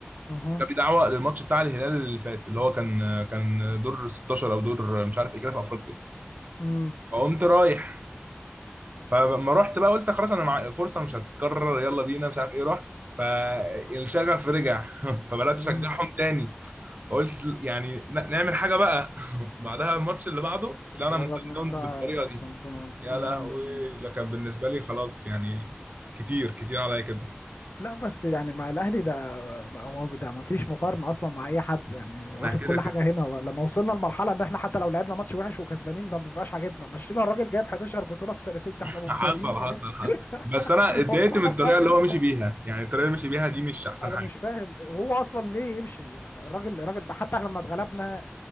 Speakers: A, on the left; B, on the right.
A: اها
B: جالي دعوه للماتش بتاع الهلال اللي فات اللي هو كان كان دور 16 او دور مش عارف ايه كده في افريقيا
A: امم
B: فقمت رايح فلما رحت بقى قلت خلاص انا مع فرصه مش هتتكرر يلا بينا مش عارف ايه رحت فالشغف رجع <laughs> فبدات اشجعهم
A: امم
B: تاني فقلت يعني ن- نعمل حاجه بقى <laughs> بعدها الماتش اللي بعده طلعنا
A: اتغلبنا
B: من سان داونز
A: بتاع
B: بالطريقه دي
A: اصلا داونز
B: يا
A: امم
B: لهوي لكن بالنسبه لي خلاص يعني كتير كتير عليا كده
A: لا بس يعني مع الاهلي ده ما هو ده ما فيش مقارنه اصلا مع اي حد يعني واخد
B: ما كده
A: كل
B: كده
A: حاجه هنا لما وصلنا لمرحله ان احنا حتى لو لعبنا ماتش وحش وكسبانين ما بيبقاش عاجبنا مشينا الراجل جايب 11 بطوله في سنتين ده
B: <laughs>
A: احنا مفتريين
B: حصل
A: يا
B: حصل
A: جدع
B: حصل
A: <laughs>
B: بس انا اتضايقت
A: هو في حاجه
B: من
A: اسمها
B: الطريقه
A: كده
B: اللي هو مشي بيها يعني الطريقه اللي مشي بيها دي مش احسن
A: انا
B: حاجه
A: مش فاهم هو اصلا ليه يمشي يعني الراجل الراجل ده حتى احنا لما اتغلبنا